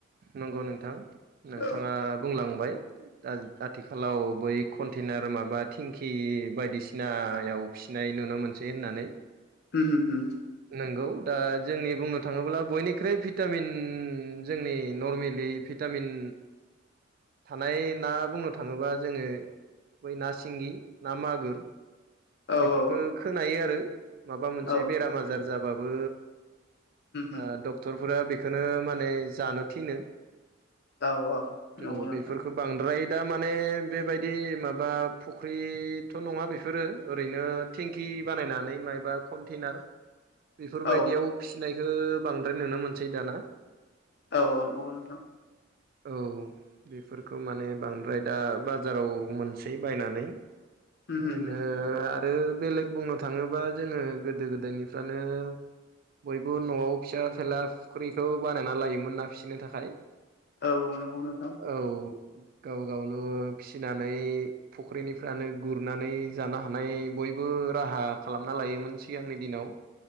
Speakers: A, on the right (about 45°); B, on the left (about 55°).
A: नंगौ नोंथां नोंथाङा
B: औ
A: बुंलांबाय दा दाथिखालाव बै कन्टेनार माबा थिंकि बायदिसिनायाव फिसिनाय नुनो मोनसै होननानै।
B: उ <unintelligible>
A: नोंगौ। दा जोंनि बुंनो थाङोब्ला बयनिख्रुइ भिटामिन जोंनि नरमेलि भिटामिन थानाय ना बुंनो थाङोबा जोङो बै ना सिंगि ना मागोर
B: औ
A: बेफोरफोरखौ
B: औ औ
A: खोनायो आरो माबा मोनसे
B: औ उम
A: बेराम आजार जाबाबो
B: उम
A: ओ डक्टरफोरा बेखौनो माने जानो थिनो।
B: औ औ
A: थ
B: नंगौ नोंथां
A: बेफोरखौ बांद्राय दा माने बेबायदि माबा फुख्रिथ' नङा बेफोरो ओरैनो टेंकि बानायनानै मायबा कन्टेनार बेफोरबायदियाव
B: औ
A: फिसिनायखौ बांद्राय नुनो मोनसै दाना।
B: औ औ नंगौ नोंथां।
A: औ बेफोरखौ माने बांद्राय दा बाजाराव मोनसै बायनानै
B: उम
A: ओरैनो
B: उम
A: आरो बेलेग बुंनो थाङोबा जोंङो गोदो गोदायनिफ्रानो बयबो नआव फिसा फिला फुख्रिखौ बानायना लायोमोन ना फिसिनो थाखाय।
B: औ नंगौ नोंथां।
A: औ गाव गावनो फिनानै फुख्रिनिफ्रानो गुरनानै जानो हानाय बयबो राहा खालामना लायोमोन सिगांनि दिनाव।